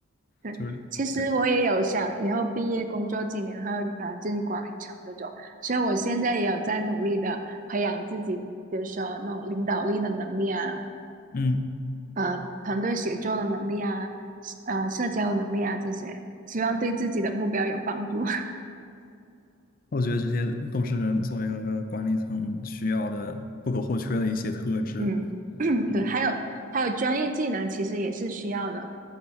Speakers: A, on the right (about 40°); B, on the left (about 45°).
A: 对，
B: 就是对，
A: 其实我也有想以后毕业工作几年后，呃，进管理层这种，所以我现在也有在努力的培养自己，比如说那种领导力的能力啊，
B: 嗯，
A: 呃团队协作的能力啊，呃社交能力啊这些，希望对自己的目标有帮助。
B: 我觉得这些都是作为一个管理层需要的不可或缺的一些特质。
A: <laughs> 嗯，<coughs>
B: 嗯。
A: <clears throat> 对，还有还有专业技能其实也是需要的，